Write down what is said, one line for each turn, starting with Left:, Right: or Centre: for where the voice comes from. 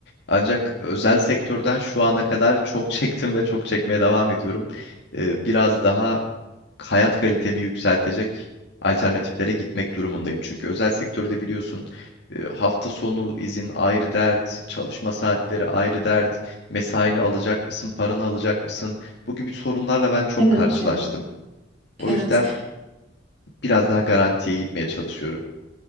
Left: Ancak özel sektörden şu ana kadar çok <laughs> çektim ve çok çekmeye devam ediyorum. Ee, biraz daha hayat kalitemi yükseltecek alternatiflere gitmek durumundayım. Çünkü özel sektörde biliyorsun e, hafta sonu izin ayrı dert, çalışma saatleri ayrı dert, mesaini alacak mısın, paranı alacak mısın? Bu gibi sorunlarla ben çok
Right: Evet
Left: karşılaştım.
Right: ya.
Left: O
Right: Evet.
Left: yüzden biraz daha garantiye gitmeye çalışıyorum.